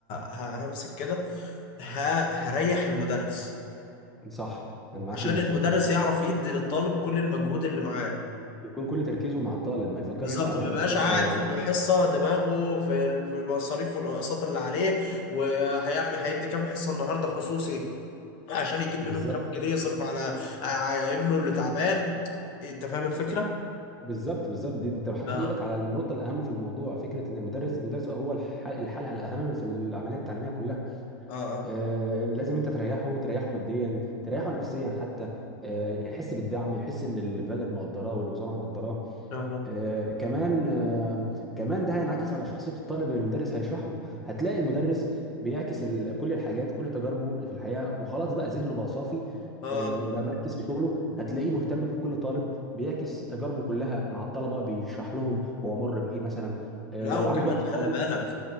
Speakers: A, on the left (about 45°); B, in the centre.
A: ه- همسك كده ه- هريح المدرس
B: صح انا معاك
A: عشان
B: جدا
A: المدرس
B: في النقطه دي
A: يعرف يدي للطالب كل المجهود اللي معاه
B: يكون كل تركيزه مع الطالب ما يفكرش
A: بالظبط
B: في اعباء
A: ما
B: ماديه
A: يبقاش قاعد
B: ولا
A: في الحصه دماغه في ال- في المصاريف والاقساط اللي عليه وهيعمل هيدي كام حصه النهارده خصوصي عشان يجيب
B: بالظبط
A: منهم كام جنيه يصرف على على ابنه اللي تعبان انت فاهم الفكرة؟
B: بالظبط بالظبط دي انت لو حطيت
A: اه
B: ايدك على النقطه الاهم في الموضوع فكره ان المدرس المدرس هو الح- الحلقه الاهم في العمليه التعليميه كلها
A: اه اه
B: آه لازم انت تريحه تريحه ماديا تريحه نفسيا حتى آه يحس بالدعم يحس ان البلد مقدراه والوزاره مقدراه
A: اه
B: آه، كمان آه، كمان ده هينعكس على شخصية الطالب اللي المدرس هيشرح له هتلاقي المدرس بيعكس ال- كل الحاجات كل تجاربه في الحياة وخلاص بقى ذهنه بقى صافي
A: اه
B: آه، بقى مركز في شغله هتلاقيه مهتم بكل طالب بيعكس تجاربه كلها مع الطلبة بيشرح لهم هو مر بإيه مثلا آه،
A: لا
B: لو
A: وكمان
B: عنده وقت
A: خلي
B: فاضي
A: بالك